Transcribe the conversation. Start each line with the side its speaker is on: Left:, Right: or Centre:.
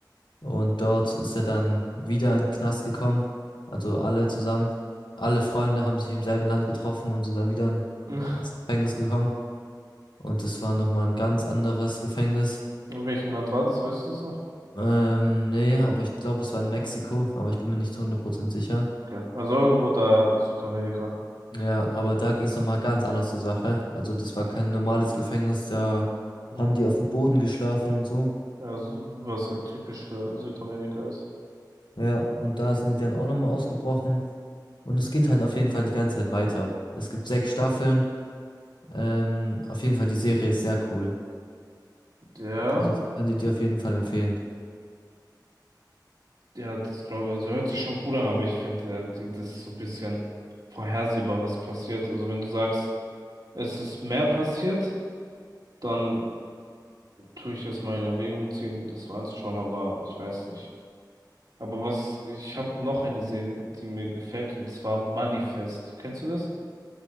Left: Und dort ist er dann wieder in den Knast gekommen. Also alle zusammen. Alle Freunde haben sich im selben Land getroffen und sind dann wieder in-
Right: <laughs> Ach,
Left: ins Gefängnis gekommen. Und das war nochmal ein ganz anderes Gefängnis.
Right: In welchem Land war das, weißt du es noch?
Left: Ähm, nee, aber ich glaube, es war in Mexiko, aber ich bin mir nicht zu 100% sicher.
Right: Okay. Also irgendwo da in Südamerika.
Left: Ja, aber da ging es nochmal ganz anders zur Sache. Also das war kein normales Gefängnis, da
Right: Ja,
Left: haben die auf dem Boden geschlafen und so.
Right: Ja, so- was halt typisch für Südamerika ist.
Left: Ja, und da sind die dann auch nochmal ausgebrochen. Und es geht halt auf jeden Fall die ganze Zeit weiter. Es gibt sechs Staffeln Ähm, auf jeden Fall, die Serie ist sehr cool.
Right: Ja.
Left: Also ich kann sie dir auf jeden Fall empfehlen.
Right: Ja, das glaube ich, also hört sich schon cool an, aber ich finde, ja, die, das ist so ein bisschen vorhersehbar, was passiert. Also wenn du sagst, es ist mehr passiert, dann tue ich es mal in Erwägung ziehen, das mal anzuschauen, aber ich weiß nicht. Aber was, ich habe noch eine Serie, die mir gefällt, und zwar Manifest. Kennst du das?